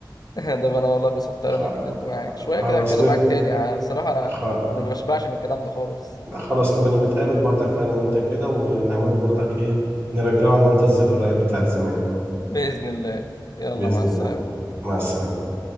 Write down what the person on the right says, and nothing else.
خ-
خلاص
ن...
خ...
خلاص نبقى نتقابل برضك انا وانت كده ونعمله برضك ايه نرجعه انا وانت الذكريات بتاعت زمان
باذن
الله مع السلامه